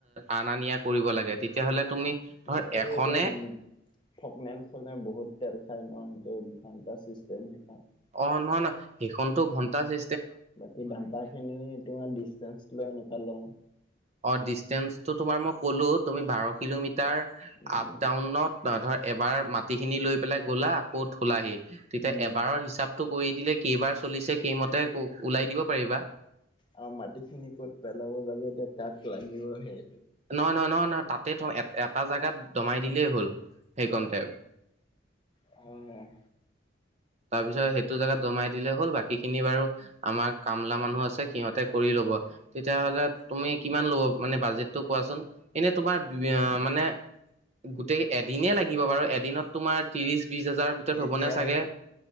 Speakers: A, on the right; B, on the left.
A: আনা নিয়া কৰিব লাগে তেতিয়াহ'লে তুমি ধৰ
B: লাগিব
A: এখনে
B: এতিয়া থঠগনলখন বহুত তেল খাই ন সেইটো ঘণ্টা চিষ্টেম সেই
A: অ নহয় নহ সেইখনতো ঘন্টাৃ
B: বাকী ডাম্পাৰ খিনি তোমাৰ ডিচেঞ্চ লৈ এনেকুৱা লওঁ
A: অ ডিচটেন্ঞ্চটো তোমাৰ মই ক'লো তুমি বাৰ কিলোমিটাৰ
B: উম
A: আপ ডাউনত নহ ধৰ এবাৰ মাটি খিনি লৈ পেলাই গ'লা আকৌ থোলাহি তেতিয়া
B: উম
A: এবাৰৰ হিচাপতটো কৰি দিলে কেইবাৰ চলিছে সেইমতে ওলাই দিব পাৰিবা
B: আৰু মাটিখিনি ক'ত পেলাব লাগে তাক লাগিও আহে
A: নহয় নহয় নহয় নহয় তাত তাতে থ এটা জোগাত দমাই দিলেই হ'ল সেইকণতে
B: অহ
A: তাৰপিছত সেইটো জেগাত জমাই দিলে হ'ল বাকীখিনি বাৰু আমাৰ কামলা মানুহ আছে সিহঁতে কৰি লব তেতিয়াহ'লে তুমি কিমান লব মানে বাজেটটো কোৱাচোন এনে তোমাৰ মানে গোটেই এদিনে লাগিব বাৰু এদিনত তোমাৰ ত্ৰিশ বিশ হাজাৰৰ ভিতৰত
B: এতিয়া
A: হ'বনেে চাগে